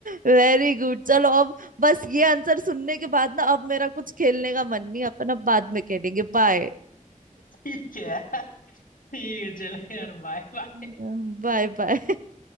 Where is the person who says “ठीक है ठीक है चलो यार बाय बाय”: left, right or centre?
Left